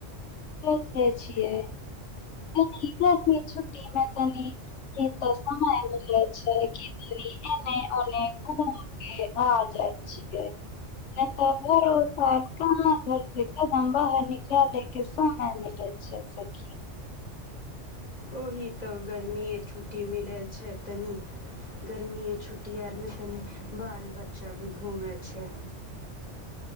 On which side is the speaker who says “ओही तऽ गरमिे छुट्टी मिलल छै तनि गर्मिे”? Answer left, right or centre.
Left